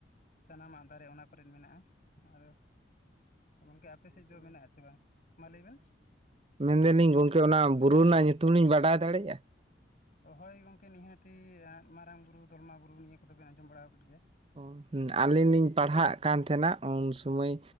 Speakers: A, on the left; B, on the right.
A: ᱥᱟᱱᱟᱢᱟᱜ ᱫᱟᱨᱮ ᱚᱱᱟ ᱠᱚᱨᱮᱱ ᱢᱮᱱᱟᱜᱼᱟ ᱟᱫᱚ ᱜᱚᱝᱠᱮ ᱟᱯᱮ ᱥᱮᱫ ᱫᱚ ᱢᱮᱱᱟᱜ ᱟᱥᱮ ᱵᱟᱝ ᱢᱟ ᱞᱟᱹᱭ ᱵᱮᱱ
B: ᱢᱮᱱ ᱫᱟᱞᱤᱧ ᱜᱚᱝᱠᱮ ᱚᱱᱟ ᱵᱩᱨᱩ ᱨᱮᱱᱟᱜ ᱧᱩᱛᱩᱢ ᱞᱤᱧ ᱵᱟᱰᱟᱭ ᱫᱟᱲᱮᱭᱟᱜᱼᱟ᱾
A: ᱦᱳᱭ ᱜᱚᱝᱠᱮ ᱱᱤᱦᱟᱹᱛᱤ ᱢᱟᱨᱟᱝ ᱵᱩᱨᱩ ᱫᱚᱞᱢᱟ ᱵᱩᱨᱩ ᱱᱤᱭᱟᱹ ᱠᱚᱫᱚ ᱵᱮᱱ ᱟᱸᱡᱚᱢ ᱵᱟᱲᱟ ᱟᱠᱟᱫ ᱜᱮᱭᱟ᱾
B: ᱚ ᱟᱹᱞᱤᱧ ᱞᱤᱧ ᱯᱟᱲᱦᱟᱜ ᱠᱟᱱ ᱛᱟᱦᱮᱱᱟ ᱩᱱ ᱥᱚᱢᱚᱭ